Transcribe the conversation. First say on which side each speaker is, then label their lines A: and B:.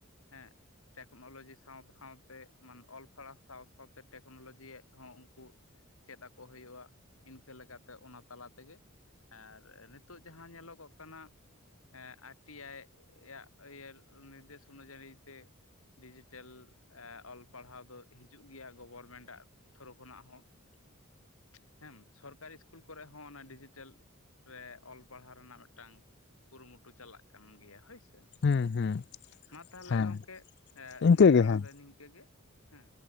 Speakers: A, on the left; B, on the left.
A: ᱦᱮᱸ ᱴᱮᱠᱱᱚᱞᱚᱡᱤ ᱥᱟᱶᱛᱮ ᱥᱟᱶᱛᱮ ᱢᱟᱱᱮ ᱚᱞ ᱯᱟᱲᱦᱟᱣ ᱥᱟᱶ ᱥᱟᱶᱛᱮ ᱴᱮᱠᱱᱚᱞᱚᱡᱤᱭᱟᱜ ᱦᱚᱸ ᱩᱱᱠᱩ ᱪᱮᱫ ᱟᱠᱚ ᱦᱩᱭᱩᱜᱼᱟ ᱤᱱᱠᱟᱹ ᱞᱮᱠᱟ ᱛᱮ ᱚᱱᱟ ᱛᱟᱞᱟ ᱛᱮ ᱜᱮ ᱟᱨ ᱱᱤᱛᱚᱜ ᱡᱟᱦᱟᱸ ᱧᱮᱞᱚᱜᱚᱜ ᱠᱟᱱᱟ ᱟᱨ. ᱴᱤ. ᱟᱭ. ᱭᱟᱜ ᱱᱤᱨᱫᱮᱥ ᱚᱱᱩ ᱡᱟᱹᱱᱤ ᱛᱮ ᱰᱤᱡᱤᱴᱮᱞ ᱚᱞ ᱯᱟᱲᱦᱟᱣ ᱫᱚ ᱦᱤᱡᱩᱜ ᱜᱮᱭᱟ ᱜᱚᱵᱷᱚᱨᱢᱮᱱᱴᱟᱜ ᱛᱷᱚᱨᱚ ᱠᱷᱚᱱᱟᱜ ᱦᱚᱸ <inaudible> ᱦᱮᱸ ᱥᱚᱨᱠᱟᱨᱤ ᱤᱥᱠᱩᱞ ᱠᱚᱨᱮ ᱦᱚᱸ ᱚᱱᱟ ᱰᱤᱡᱤᱴᱮᱞ ᱨᱮ ᱚᱞ ᱯᱟᱲᱦᱟᱣ ᱨᱮᱱᱟᱜ ᱢᱤᱫᱴᱟᱹᱝ ᱠᱩᱨᱩ-ᱢᱩᱴᱩ ᱪᱟᱞᱟᱜ ᱠᱟᱱ ᱜᱮᱭᱟ ᱦᱚᱭ ᱥᱮ
B: ᱦᱩᱸ ᱦᱩᱸ
A: ᱢᱟ ᱛᱟᱦᱞᱮ
B: ᱦᱮᱸ
A: ᱜᱚᱝᱠᱮ
B: ᱤᱱᱠᱟᱹ
A: ᱱᱤᱭᱟᱹ
B: ᱜᱮ
A: ᱵᱮᱲᱟ
B: ᱦᱮᱸ
A: ᱫᱚ ᱱᱤᱝᱠᱟᱹ ᱜᱮ ᱦᱩᱸ